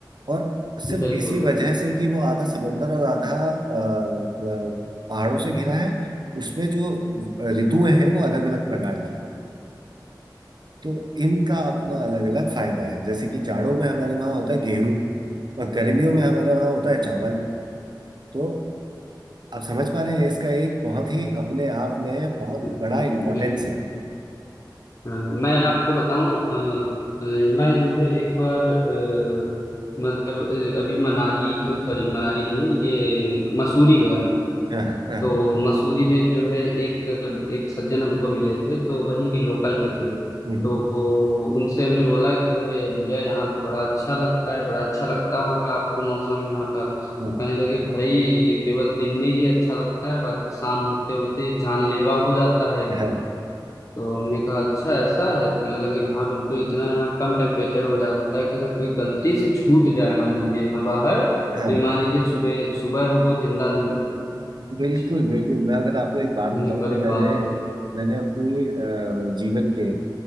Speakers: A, on the right; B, on the left.
A: और सिर्फ
B: बिल्कुल
A: इसी वजह से कि वो आधा समंदर और आधा अ, अ, पहाड़ों से घिरा है उसमें जो ऋतुएं हैं वो अलग अलग प्रकार की हैं। तो इनका अपना अलग अलग फायदा है जैसे कि जाड़ों में हमारे वहाँ होता है गेहूं और गर्मियों में हमारे वहाँ होता है चावल तो आप समझ पा रहे हैं इसका एक बहुत ही अपने आप में बहुत
B: बिल्कुल
A: बड़ा इम्पोर्टेंस
B: बिल्कुल।
A: है
B: अ, मैं आपको बताऊं अ, अ, मैं जो है एक बार अ, मतलब अ, अभी मनाली सॉरी मनाली नहीं ये मसूरी गया हूँ
A: हाँ हाँ हाँ
B: तो मसूरी में जो है एक एक सज्जन हमको मिले थे तो वहीं के लोकल के थे
A: हम्म,
B: तो उनसे हमने बोला कि जो है भैया यहाँ तो बड़ा अच्छा लगता है बड़ा अच्छा लगता होगा आपको मौसम यहाँ का तो
A: हम्म,
B: कहने लगे भाई ये केवल दिन में ही अच्छा लगता है बाकी शाम होते होते जानलेवा हो जाता है एकदम
A: हाँ हाँ
B: तो हमने कहा अच्छा ऐसा है तो कहने लगे हाँ बिल्कुल इतना यहाँ कम टेम्परेचर हो जाता है कि अगर कोई गलती से छूट जाए मान लीजिए यहाँ बाहर तो
A: हाँ,
B: ये मान लीजिए सुबह सुबह वो जिंदा नहीं
A: बिल्कुल
B: बचे
A: बिल्कुल मैं अगर आपको एक बात बताऊं
B: हम्म, अरे
A: तो मैंने
B: बाप रे
A: मैंने अपनी अ, जीवन के